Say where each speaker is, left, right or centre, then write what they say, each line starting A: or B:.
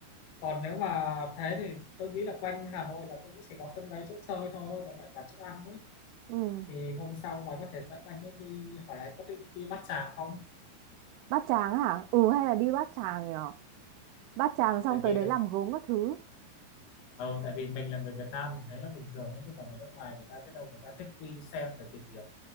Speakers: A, on the left (about 65°); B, on the right (about 80°).
A: còn nếu mà thế thì tôi nghĩ là quanh Hà Nội là cũng chỉ có từng đấy chỗ chơi thôi còn lại toàn chỗ ăn ấy
B: ừ.
A: thì hôm sau bà có thể dẫn anh ấy đi hỏi anh có thích đi Bát Tràng không
B: Bát Tràng hả? Ừ hay là đi Bát Tràng nhở? Bát Tràng xong
A: tại
B: tới
A: vì
B: đấy làm gốm các thứ.
A: Ờ, tại vì mình là người Việt Nam mình thấy nó bình thường ấy nhưng mà người nước ngoài người ta biết đâu người ta thích đi xem để tìm hiểu